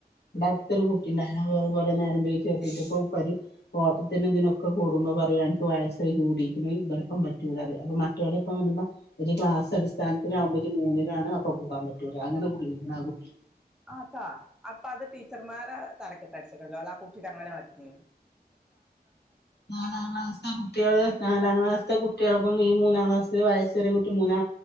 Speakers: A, on the left (about 85°); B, in the centre.
A: ഇവിടെ അടുത്തൊരു കുട്ടിണ്ടായിരുന്നു അതുപോലെ നേരം വൈകി ചേർത്തീട്ട്പ്പോ ഒരു ഓട്ടത്തിന് ഇതിനൊക്കെ കൂടുമ്പോ പറയുവാണ് അന്ക്ക് വയ് സെയ് കൂടീക്ക്ണ് ഇവരൊപ്പം പറ്റൂലാന്ന് അപ്പൊ മറ്റോലപ്പം ഒന്ന്പ്പം ഒരു ക്ലാസ് അടിസ്ഥാനത്തിനാകുമ്പോ ജ്ജ് മൂന്ന് ലാണ് അപ്പൊ കൂടൻ പറ്റൊളു അങ്ങനെ കൂടീക്ക്ണാ കുട്ടി
B: ആതാ അപ്പൊ അത് ടീച്ചർമാരെ തലക്കിട്ടട്ച്ചണ്ടെ അല്ല ആ കുട്ടിഓടങ്ങനെ കാട്ടുന്നതിന്
A: നാലാം ക്ലാസിലെ കുട്ടികള് നാലാം ക്ലാസിലത്തെ കുട്ടികളൊപ്പം ഈ മൂന്നാം ക്ലാസിൽ വയസ് ഏറിയ കുട്ടി മൂന്നാ